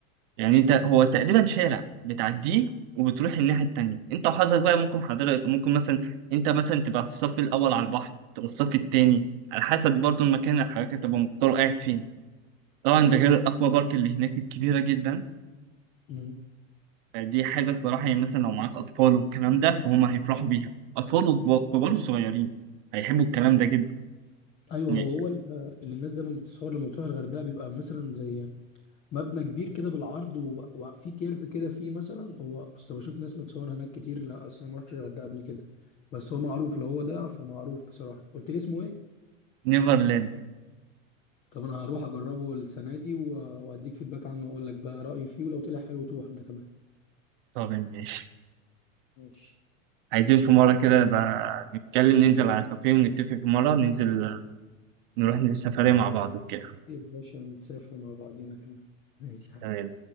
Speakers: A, on the right; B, on the left.
A: يعني أنت هو تقريبا شارع بتعديه وبتروح الناحية التانية أنت وحظك بقى ممكن حضرتك ممكن مثلا أنت مثلا تبقى الصف الأول على البحر تبقى الصف التاني على حسب برضه المكان اللي حضرتك تبقى مختار قاعد فين طبعا
B: ايوه
A: ده غير
B: مت...
A: الأكوا بارك اللي هناك الكبيرة جدا
B: مم.
A: دي حاجة الصراحة يعني مثلا لو معاك أطفال والكلام ده فهم هيفرحوا بيها أطفال وكبار وصغيرين هيحبوا الكلام ده جدا
B: ايوه
A: هناك
B: هو هو ال- آه، اللي الناس دايما بتصور لما بتروح الغردقه بيبقى مثلا زي مبنى كبير كده بالعرض و- وفي كيرف كده فيه مثلا هو اصل بشوف ناس متصور هناك كتير لا اصل انا ما رحتش الغردقه قبل كده بس هو معروف لو هو ده فمعروف بصراحه قلت لي اسمه ايه
A: نيفرلاند
B: طب انا هروح اجربه السنه دي و- واديك فيدباك عنه واقول لك بقى رايي فيه ولو طلع حلو تروح انت كمان
A: طب ماشي
B: ماشي
A: عايزين في مرة كده بقى نتكلم ننزل على كافيه ونتفق في مرة ننزل نروح ننزل سفرية مع بعض وكده
B: يا باشا نسافر مع بعضينا كمان ماشي يا حبيبي
A: تمام